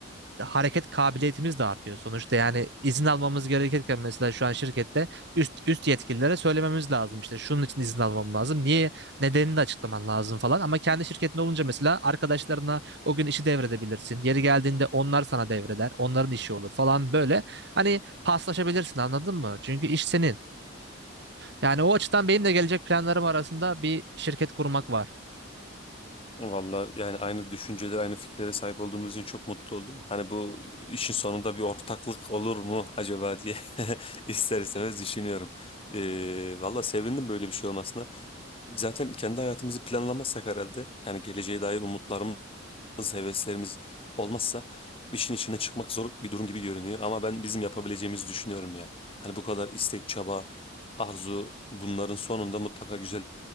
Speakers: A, on the right (about 55°); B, on the left (about 25°).
A: hareket kabiliyetimiz de artıyor. Sonuçta yani izin almamız gerekirken mesela şu an şirkette üst üst yetkililere söylememiz lazım işte şunun için izin almam lazım. Niye nedenini de açıklaman lazım falan. Ama kendi şirketin olunca mesela arkadaşlarına o gün işi devredebilirsin. Yeri geldiğinde onlar sana devreder. Onların işi olur falan böyle. Hani paslaşabilirsin anladın mı? Çünkü iş senin. Yani o açıdan benim de gelecek planlarım arasında bir şirket kurmak var.
B: Valla yani aynı düşüncelere, aynı fikirlere sahip olduğumuz için çok mutlu oldum. Hani bu işin sonunda bir ortaklık olur mu acaba diye <laughs> ister istemez düşünüyorum. Ee, valla sevindim böyle bir şey olmasına. Zaten kendi hayatımızı planlamazsak herhalde yani geleceğe dair umutlarımız, heveslerimiz olmazsa işin içine çıkmak zor bir durum gibi görünüyor. Ama ben bizim yapabileceğimizi düşünüyorum ya. Hani bu kadar istek, çaba, arzu bunların sonunda mutlaka güzel